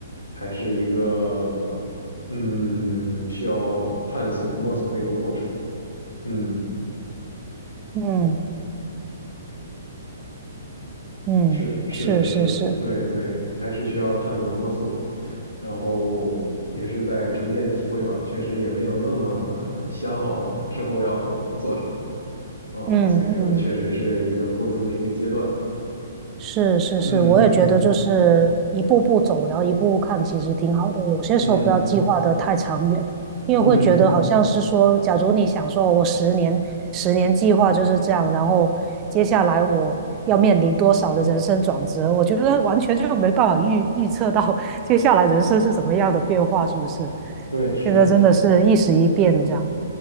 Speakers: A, on the left; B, on the right.
A: 还是一个嗯需要探索摸索的一个过程。嗯。
B: 嗯嗯是是是
A: 是是的，是的，对对，还是需要探索摸索，然后也是在逐渐体会吧。确实也没有那么想好之后要做什么啊，
B: 嗯嗯
A: 所以说确实是一个过渡的一个阶段。
B: 是是是，
A: 嗯嗯嗯
B: 我也觉得就是一步步走，然后一步步看，其实挺好的。有些时候不要计划的太长远，
A: 嗯
B: 因为会觉得好像是说，
A: 嗯，
B: 假如你想说，我十年十年计划就是这样，然后接下来我要面临多少的人生转折，我觉得完全就没办法预预测到 <laughs> 接下来人生是什么样的变化，是不是？
A: 对，是的。
B: 现在真的是一时一变这样。